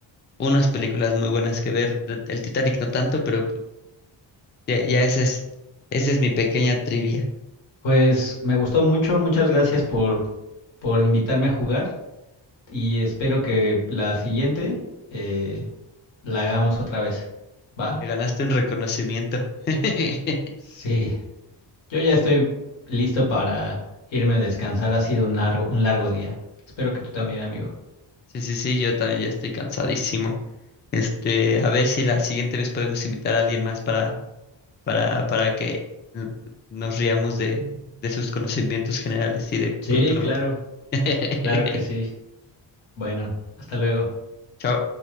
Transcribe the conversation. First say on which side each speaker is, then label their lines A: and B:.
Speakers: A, on the left; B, on the left.
A: unas películas muy buenas que ver. El Titanic no tanto, pero pues, ya, ya esa es, esa es mi pequeña trivia.
B: Pues me gustó mucho, muchas gracias por, por invitarme a jugar y espero que la siguiente eh, la hagamos otra vez. ¿Va?
A: Te ganaste un reconocimiento. <laughs>
B: Sí. Yo ya estoy listo para irme a descansar. Ha sido un largo, un largo día. Espero que tú también,
A: Va.
B: amigo.
A: Sí, sí, sí, yo también ya estoy cansadísimo. Este, a ver si la siguiente vez podemos invitar a alguien más para, para, para que n- nos riamos de, de sus conocimientos generales y de
B: Sí,
A: cultura.
B: claro,
A: pop. <laughs>
B: claro que sí. Bueno, hasta luego.
A: Chao.